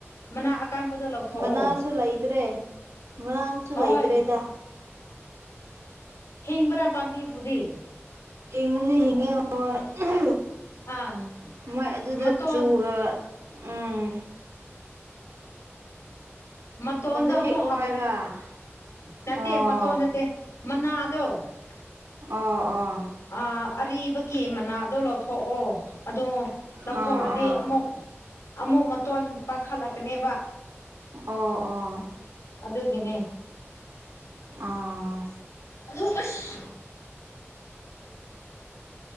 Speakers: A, on the left; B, on the right.
A: ꯃꯅꯥ ꯑꯀꯟꯕꯗꯣ ꯂꯧꯊꯣꯛꯑꯣ
B: ꯃꯅꯥꯁꯨ ꯂꯩꯇ꯭ꯔꯦ ꯃꯅꯥꯁꯨ
A: ꯑꯍꯣꯏ
B: ꯂꯩꯗꯔꯦꯗ
A: ꯍꯤꯡꯕ꯭ꯔꯥ ꯄꯥꯝꯕꯤꯕꯨꯗꯤ
B: ꯍꯤꯉꯕꯨꯗꯤ ꯍꯤꯉꯦ ꯍꯣꯏ ꯑꯍꯝ
A: ꯑꯥ
B: ꯃꯣꯏ ꯑꯗꯨꯗ
A: ꯃꯇꯣꯟ
B: ꯆꯨꯒ ꯎꯝ
A: ꯃꯇꯣꯟꯗꯣ
B: ꯍꯦꯛꯑꯣ
A: ꯑꯃꯨꯛ ꯍꯥꯎꯒꯅꯤ
B: ꯍꯥꯏꯕ
A: ꯅꯠꯇꯦ
B: ꯑꯣ
A: ꯃꯇꯣꯟ ꯅꯠꯇꯦ ꯃꯅꯥ ꯑꯗꯣꯑꯥ
B: ꯑꯣ ꯑꯣ
A: ꯑꯔꯤꯕꯒꯤ ꯃꯅꯥꯗꯣ ꯂꯧꯊꯣꯛꯑꯣ ꯑꯗꯣ ꯂꯧꯊꯣꯛꯑꯗꯤ
B: ꯑꯥ
A: ꯑꯃꯨꯛ
B: ꯑꯥ
A: ꯑꯃꯨꯛ ꯃꯇꯣꯟ ꯄꯥꯡꯈꯠꯂꯛꯀꯅꯦꯕ
B: ꯑꯣ ꯑꯣ
A: ꯑꯗꯨꯒꯤꯅꯦ
B: ꯑꯥ
A: ꯑꯗꯨ ꯑꯁ